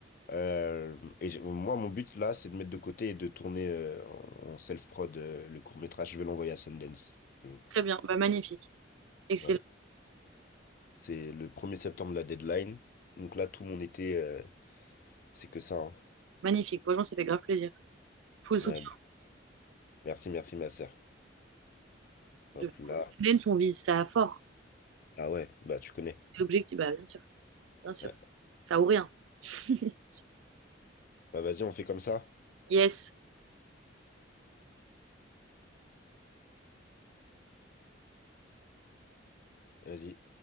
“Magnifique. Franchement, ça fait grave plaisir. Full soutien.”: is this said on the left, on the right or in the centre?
Right